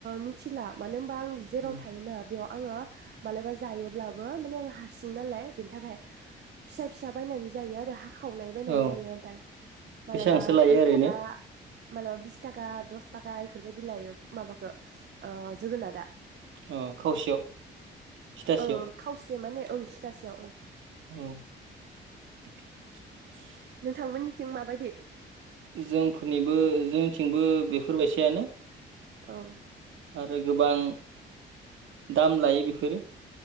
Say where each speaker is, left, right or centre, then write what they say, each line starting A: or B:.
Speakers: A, on the right; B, on the right.
A: मिथिला मानो बा आं जेराव
B: उम
A: थायोना बेयाव आङो मालाबा जायोब्लाबो माने आं हारसिं नालाय बेनि थाखाय फिसा फिसा बायनानै जायो आरो हा खावनाय बायनानै
B: औ
A: जायो ओमफाय मालाबा
B: बेसेबांसो लायो
A: बिस
B: ओरैनो
A: थाखा मालाबा बिस दस थाखा इफोरबायदि लायो माबाखौ ओ जोगोनारा
B: अ खावसेयाव थिथासेयाव
A: ओ खावसे माने ओं सिथासेयाव ओं
B: औ
A: नोंथांमोननिथिं माबायदि
B: जोंफोरनिबो जोंनिथिंबो बेफोरबायसानो
A: औ
B: आरो गोबां दाम लायो बेफोरो